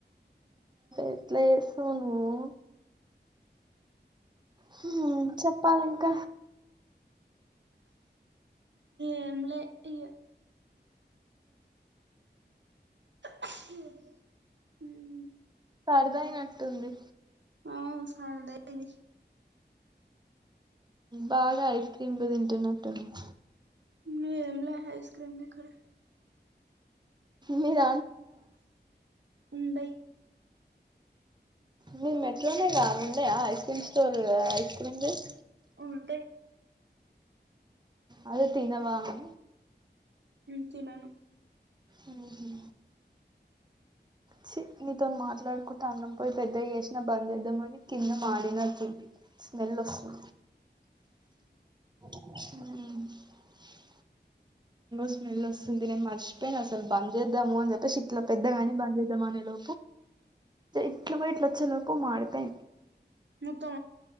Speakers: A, on the right; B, on the right.
A: ఎట్ల చేస్తావో నువ్వు హ్మ్ చెప్పాలి ఇంక
B: ఎమ్లె ఈ <inaudible>
A: సరిపోయినట్టుంది
B: అ సార్దది <unintelligible>
A: బాగా ఐస్ క్రీమ్లు తింటున్నట్టున్నవ్
B: మీ ఎమ్లా ఐస్క్రీమ్లు లేక్కడ
A: మీర
B: వుండై
A: మీరు మెట్రోనే గా వుండయ ice cream store ice creams
B: ఉంటాయి
A: అది తినవ అని
B: తినను
A: హ్మ్ హు చీ నీతో మాట్లాడుకుంట అన్నం పోయి పెద్దవి చేసినా బంద్ ఇద్దామని కింద మాడినట్టుంది స్మెల్ వస్తు హ్మ్ స్మెల్ వస్తుంది నేను మర్చిపోయిన అసలు బంద్చేద్దాము అని చెప్పేసి ఇట్లా పెద్దగాని బంద్చేద్దాం అనేలో ఇట్లా మ ఇట్లా వచ్చేలోకు మాడిపో
B: ముత్త